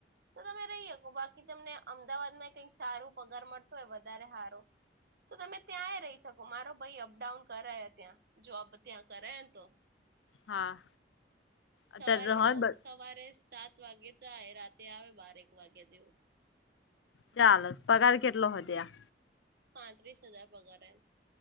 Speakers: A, on the right; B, on the left.
A: તો તમે રહી શકો બાકી તમને અમદાવાદમાં કંઈક સારું પગાર મળતો હોય વધારે સારો તો તમે ત્યાંય રહી શકો મારો ભાઈ અપડાઉન કરાયા ત્યાં જોબ ત્યાં કરયા ને તો
B: હા
A: સવારે
B: અત્યારે તો
A: નવ
B: હોય
A: સવારે સાત વાગે જાય રાતે આવે બાર એક વાગ્યા જેવું
B: ચાલ પગાર કેટલો હતો ત્યા
A: પાંત્રીસ હજાર પગાર એ